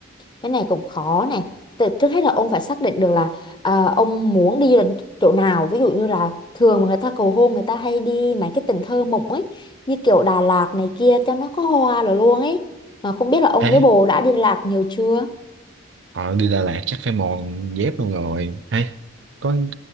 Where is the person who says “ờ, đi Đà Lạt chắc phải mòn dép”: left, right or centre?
Right